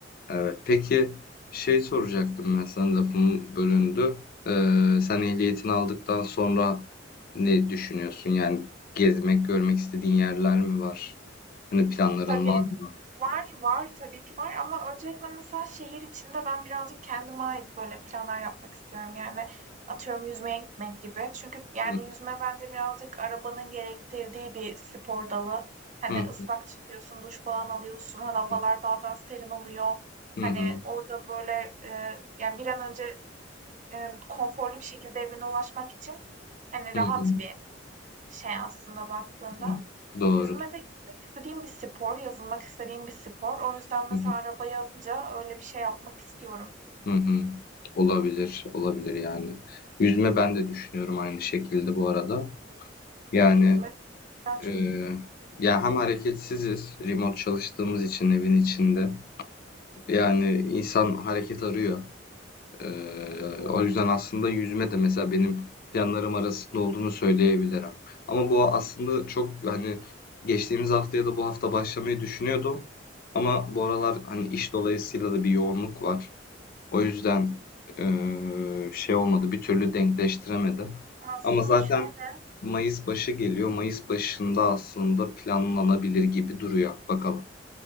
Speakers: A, on the left (about 50°); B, on the right (about 40°).
A: evet. Peki şey soracaktım ben sana lafım bölündü. Ee, sen ehliyetini aldıktan sonra ne düşünüyorsun? Yani gezmek, görmek istediğin yerler mi var? Hani planların
B: Tabii
A: var mı?
B: Var, var, tabii ki var ama öncelikle mesela şehir içinde ben birazcık kendime ait böyle planlar yapmak istiyorum. Yani atıyorum yüzmeye gitmek gibi. Çünkü yani
A: Hı hı.
B: yüzme bence birazcık arabanın gerektirdiği bir spor dalı. Hani
A: Hı
B: ıslak çıkıyorsun, duş falan alıyorsun. Hani havalar
A: hı.
B: bazen serin oluyor.
A: Hı hı.
B: Hani orada böyle e, yani bir an önce e, konforlu bir şekilde evine ulaşmak için hani
A: Hı
B: rahat
A: hı,
B: bir şey aslında baktığında.
A: hı Doğru.
B: Yüzme de gitmek istediğim bir spor, yazılmak istediğim bir spor. O yüzden mesela
A: Hı
B: arabayı alınca öyle bir şey yapmak istiyorum.
A: hı, hı hı. Olabilir, olabilir yani. Yüzme ben de düşünüyorum aynı şekilde bu arada. Yani
B: Yüzmeden çok
A: e, ya hem hareketsiziz, remote çalıştığımız için evin içinde. Yani insan hareket arıyor. E, o yüzden aslında yüzme de mesela benim planlarım arasında olduğunu söyleyebilirim. Ama bu aslında çok hani geçtiğimiz hafta ya da bu hafta başlamayı düşünüyordum. Ama bu aralar hani iş dolayısıyla da bir yoğunluk var. O yüzden eee, şey olmadı, bir türlü denkleştiremedim.
B: aslında
A: Ama zaten
B: şöyle
A: Mayıs başı geliyor. Mayıs başında aslında planlanabilir gibi duruyor. Bakalım.